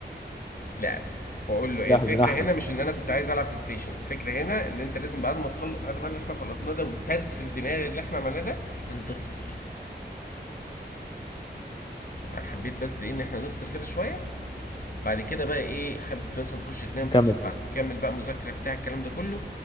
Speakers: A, on the left; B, on the left.
A: لعب واقول له ايه
B: يا
A: الفكره
B: احلى من احلى
A: هنا مش ان انا كنت عايز العب بلاي ستيشن الفكره هنا ان انت لازم بعد ما تخلص بعد ما اللي احنا خلصناه ده وترس الدماغ اللي احنا عملناه ده لازم تفصل فانا حبيت بس ايه ان احنا نفصل كده شويه بعد كده بقى ايه حابب مثلا تخش تنام
B: نكمل
A: تصحى بعد تكمل بقى مذاكره بتاع الكلام ده كله